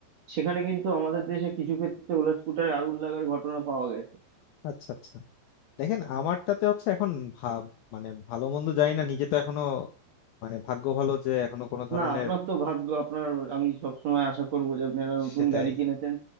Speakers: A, on the right; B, on the left.
A: সেখানে কিন্তু আমাদের দেশে কিছু ক্ষেত্রে ওলার স্কুটারে আগুন লাগার ঘটনা পাওয়া গেছে
B: আচ্ছা আচ্ছা দেখেন আমারটাতে হচ্ছে এখন ভাব মানে ভালো মন্দ জানি না নিজে তো এখনো মানে ভাগ্য ভালো যে এখনো কোনো ধরনের
A: না আপনার তো ভাগ্য আপনার আমি সবসময় আশা করবো যে আপনি একটা নতুন
B: সেটাই
A: গাড়ি কিনেছেন